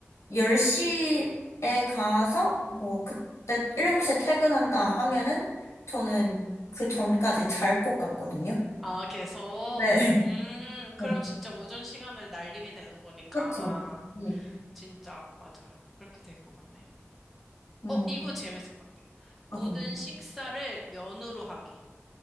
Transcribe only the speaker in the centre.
아, 계속?
음, 그럼
진짜 오전 시간을 날리게 되는 거니까.
진짜, 맞아요. 그렇게 될 것 같네.
어, 이거 재밌을 것 같아.
모든 식사를 면으로 하기.